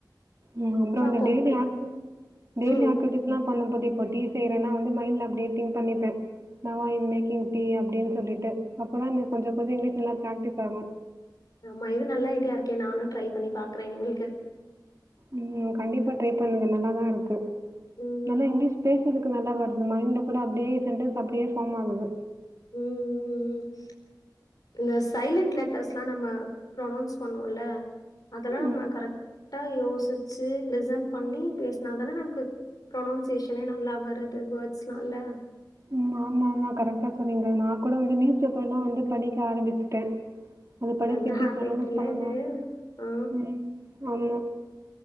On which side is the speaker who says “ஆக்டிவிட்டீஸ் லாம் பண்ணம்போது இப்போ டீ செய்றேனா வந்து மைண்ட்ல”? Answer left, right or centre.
Right